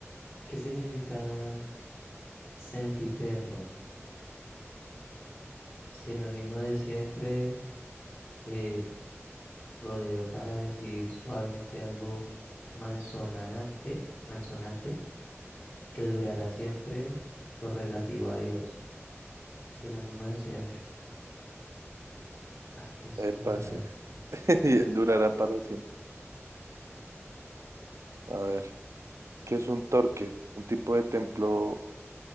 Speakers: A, on the left; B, on the right.
A: ¿Qué significa sempiterno? Sinónimo de siempre, eh, Rodeo para decir suavemente algo malsonante, malsonante, que durará siempre lo relativo a Dios, sinónimo de siempre. Ah, que es-
B: Eh, pase.
A: durarás.
B: <laughs> Durará para siempre. A ver, ¿qué es un torque? Un tipo de templo